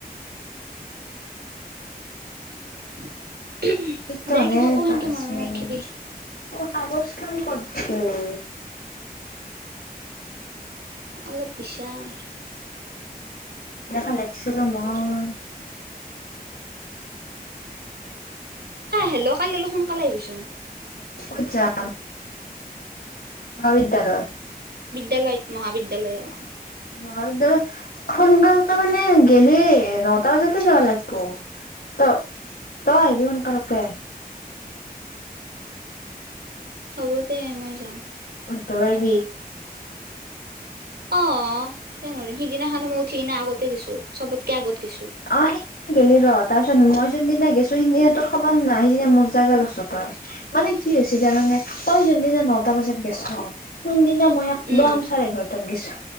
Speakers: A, on the right (about 85°); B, on the left (about 80°).
A: <inaudible>
B: ইতনে
A: দে কিবা ক,
B: পাঁচ
A: সেনকে মনে মনে
B: মিনিট
A: নাথাকিবি।
B: কাগজখন ক'ত গেল?
A: অলপ বিচাৰ।
B: এখন লিখিছিলো মই।
A: এ হেল্ল' কালি অলপ সোনকালে আহিবিচোন।
B: ক'ত জাম মহাবিদ্যালয়।
A: বিদ্যালয়ত, মহাবিদ্যালয়, অ।
B: মহাবিদ্যালয়ত সোনকালকে মানে গেলি, নটা বজাতে যাব লাগব। তই, তই আহিবি সোনকালকে।
A: হ'ব দে মই যাম।
B: উঠব পাৰবি।
A: অ' কিয় নৰিম, সিদিনাখনে মই উঠি কিনে আগতে গেছো, চবতকে আগত। গেছো
B: অঁ সেই গেলি ৰ, তাৰ পিছত মই যোনদিনা গেছো, সেইদিনা তোৰ খবৰ নাই, সিদিনা মোৰ জাগা লৈছ তই, মানে কি হৈছে জানানে, তই যোনদিনা নটা বজাত গেছ সেইদিনা, মই একদম
A: উম
B: চাৰে এঘৰটাত গৈছো।